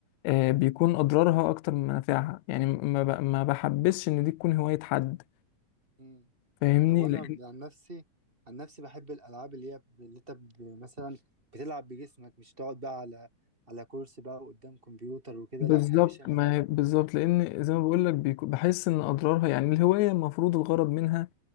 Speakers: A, on the left; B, on the right.
A: آه بيكون اضرارها اكتر من منافعها يعني م- ما ب- ما بحبسش ان دي تكون هوايه حد
B: امم
A: فاهمني
B: طب وأنا
A: لان
B: عن نفسي عن نفسي بحب الألعاب اللي هي ب- اللي أنت ب- مثلا بتلعب بجسمك مش تقعد بقى على على كرسي بقى قدام كمبيوتر وكده
A: بالظبط
B: لا ما بحبش أنا
A: ما
B: ده
A: هي- بالظبط لان زي ما بقول لك بحس ان اضرارها يعني الهوايه المفروض الغرض منها